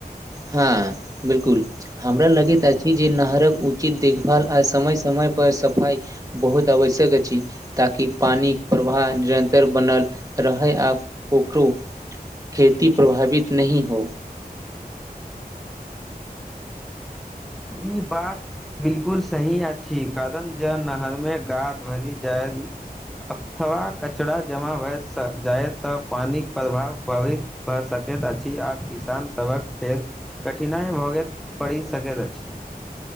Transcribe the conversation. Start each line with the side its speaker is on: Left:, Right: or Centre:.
Right: हँ बिल्कूल हमरा लगैत अछि जे नहरक उचित देखभाल आ समय समयपर सफाई बहुत आवश्यक अछि ताकि पानी प्रवाह निरन्तर बनल रहै आ कखो। खेती प्रभावित नहि होई
Centre: ई बात। बिल्कूल सही अछि कारण नहर मे गा भरि जाय अथवा कचरा जमा भए जाय तऽ पानिक प्रभाव भावित। भऽ सकैत अछि आ किसान सभ के फेर कठिनाई भऽ पड़ि सकैत अछि ठीक।